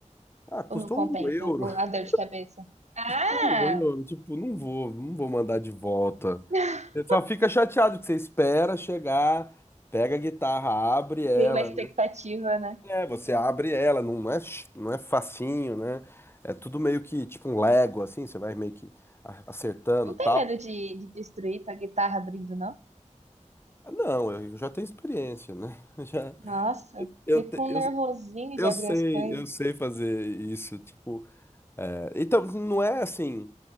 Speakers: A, on the left (about 20°); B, on the right (about 60°).
A: Ah, custou
B: ou não compensa,
A: um euro.
B: o a
A: <laughs>
B: dor de cabeça. Ah!
A: Um euro. Tipo, não vou, não vou mandar de volta.
B: <laughs>
A: Você só fica chateado que você espera chegar, pega a guitarra, abre ela.
B: Cria uma expectativa, né?
A: É, você abre ela, não é, ch- não é facinho, né? É tudo meio que tipo um Lego, assim, você vai meio que a- acertando,
B: Não
A: tal.
B: tem medo de, de destruir tua guitarra abrindo, não?
A: Ah, Não, eu já tenho experiência, né? <laughs> Já,
B: Nossa,
A: eu,
B: fico
A: te-
B: um
A: eu,
B: nervosinho
A: eu
B: de abrir
A: sei,
B: as coisas.
A: eu sei fazer isso, tipo. é, então, não é assim,